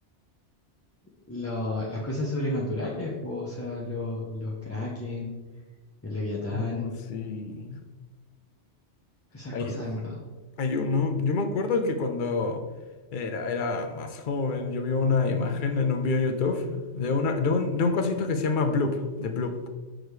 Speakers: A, on the left (about 15°); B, on the left (about 50°).
A: lo- las cosas sobrenaturales, po, o sea, lo- los kraken. el Leviatán,
B: Uh, sí.
A: esas
B: Hay,
A: cosas en verdad.
B: hay uno. Yo me acuerdo que cuando era, era más joven, yo vi una imagen en un video de YouTube de, una, de, un, de un cosito que se llama Bloop, de Bloop.